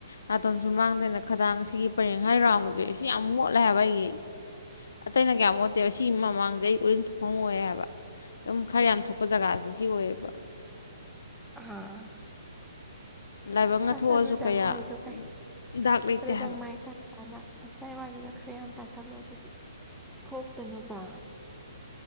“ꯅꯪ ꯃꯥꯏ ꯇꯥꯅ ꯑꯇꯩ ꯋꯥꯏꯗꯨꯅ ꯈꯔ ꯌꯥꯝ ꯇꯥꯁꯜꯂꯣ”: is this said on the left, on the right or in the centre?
Centre